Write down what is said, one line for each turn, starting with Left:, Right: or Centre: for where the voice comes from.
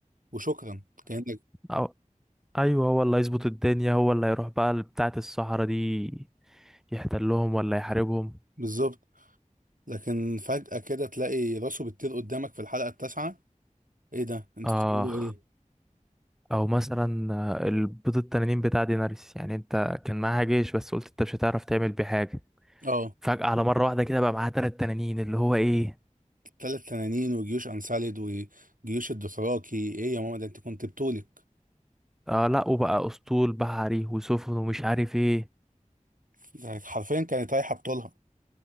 Right: وشكرا كانك
Centre: أو... أيوه هو اللي هيظبط الدنيا هو اللي هيروح بقى بتاعة الصحراء دي يحتلهم ولا يحاربهم
Right: بالظبط لكن فجأة كده تلاقي راسه بتطير قدامك في الحلقة التاسعة ايه ده انتوا
Centre: آه
Right: بتعملوا ايه
Centre: أو مثلا آه، البيض التنانين بتاع ديناريس يعني أنت كان معاها جيش بس قلت أنت مش هتعرف تعمل بيه حاجة
Right: اه
Centre: فجأة على مرة واحدة كده بقى معاه تلات تنانين اللي هو ايه
Right: ثلاث تنانين وجيوش انسالد وجيوش الدوثراكي ايه يا ماما ده انت كنت بطولك
Centre: اه لا وبقى اسطول بحري وسفن ومش عارف ايه
Right: ده حرفيا كانت رايحة بطولها